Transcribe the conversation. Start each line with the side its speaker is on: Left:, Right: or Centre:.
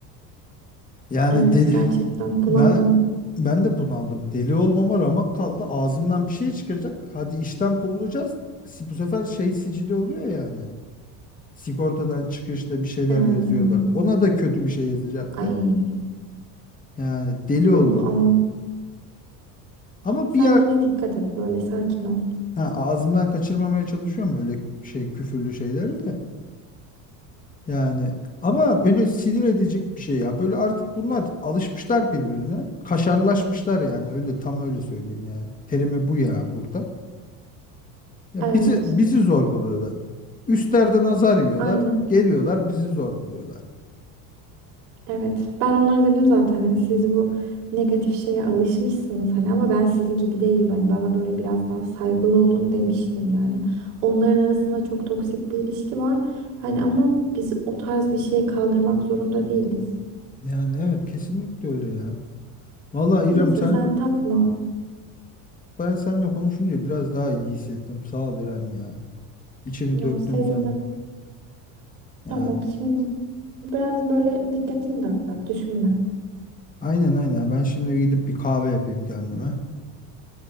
Left: Yani
Right: Evet
Left: deli
Right: gerçekten bunaldım.
Left: Ben ben de bunaldım. Deli olmama ramak kaldı. Ağzımdan bir şey çıkacak. Hadi işten kovulacağız. Si- Bu sefer şey sicili oluyor yani. Sigortadan çıkışta bir şeyler
Right: He.
Left: yazıyorlar. Ona da kötü bir şey yazacaklar.
Right: Ay.
Left: Yani deli olurum
Right: Yok aman.
Left: ona. Ama
Right: Sen
Left: bir yer
Right: yine dikkat et böyle sakin ol.
Left: ha, ağzımdan kaçırmamaya çalışıyorum öyle şey küfürlü şeyleri de. Yani ama böyle sinir edecek bir şey ya. Böyle artık bunlar alışmışlar birbirine. Kaşarlaşmışlar yani öyle tam öyle söyleyeyim yani. Terimi bu ya burada. Ya
Right: Evet.
Left: bizi bizi zor buluyorlar. Üstlerde nazar yiyorlar.
Right: Aynen.
Left: Geliyorlar bizi zor buluyorlar.
Right: Evet. Ben onlara dedim zaten hani siz bu negatif şeye alışmışsınız hani ama ben sizin gibi değilim hani bana böyle biraz daha saygılı olun demiştim yani. Onların arasında çok toksik bir ilişki var. Hani ama biz o tarz bir şey kaldırmak zorunda değiliz.
Left: Yani evet kesinlikle öyle ya. Vallahi İrem
Right: Neyse
Left: sen
Right: sen takma.
Left: ben seninle konuşunca biraz daha iyi hissettim. Sağ ol İrem ya. İçimi
Right: Ya
Left: döktüm
Right: sevindim.
Left: sana. Yani
Right: Tamam şimdi biraz böyle dikkatini dağıt düşünme.
Left: aynen aynen. Ben şimdi bir gidip bir kahve yapayım kendime.